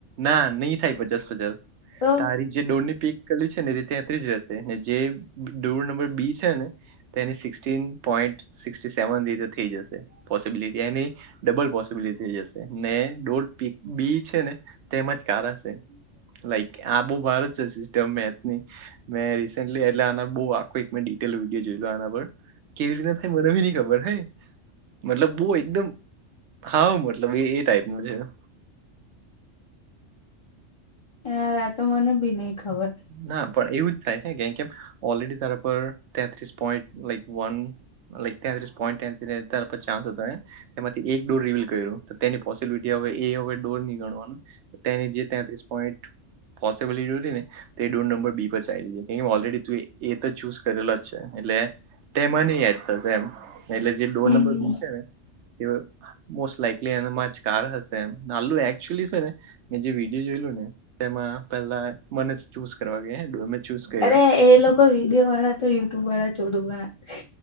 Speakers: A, on the right (about 65°); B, on the left (about 30°).
A: ના નહી થાય પજસ પજસ
B: તો
A: તારી જે ડોરની પીક કરી છે ને તે ત્યાં ત્રીજ રતે ને જે ડોર નંબર બી છેને. એ સિક્ન પોઈન્ટ સ્ સેવન રીતે થઈ જશે પોસિબિલિટી એની ડબલ પોસિબિલિટી જશે ને ડોર પી બી છે ને તેમજ કારા છે. લાઈક આ બહુ ભારત છે, સિસ્ટમ મેથની મેં રિસેન્ટલી એટલે બ આખો એક મેં ડિટેલ વિડીયો જોયલુ આના પર કેવી રીતના થાય મને ભી નઈ ખબર હે મતલબ તુ એકદમ હા મતલબ એ એ ટાઈપનુ છે એમ
B: હા તમને પણ નઈ ખબર હોય.
A: ના પણ એવું જ થાય હે કેમ, કેમ ઓલરેડી તારા પર તેત્રીસ પોઈન્ટ લાઈક વન હવે એક ટાઇમ માટે તારો ચાન્સ હતો એમ. તેમાંથી એક ડોર રિવિલ કર્યું તેની પોસિબિલિટી હવે એ હવે ડોર નહી ગણવાનું. તેની જે તેત્રીસ પોઈન્ટ પોસિબલ હતી ને. તે ડોર નંબર બી પર ચાઇલ્ડ કે ઓલરેડી તું એ તો ચુઝ કરેલો જ છે, એટલે તેમાં નહી યાદ થશે એમ એટલે જે ડોર
B: હમ
A: નંબર
B: હમ
A: બી છે ને. એવો મોસ્ટ લાઈકલી એમાં જ કાર હશે એમ, નાલું એકચુલી છે ને મે જે વિડીયો જોયેલો ને તેમાં પેલા મને જ ચૂઝ કરવા ગયા. ડો મેં ચૂઝ કર્યો
B: અરે એ લોકો વિડીયો વાળા તો યુટ્યુબ વાળા ચોદુ બનાવે.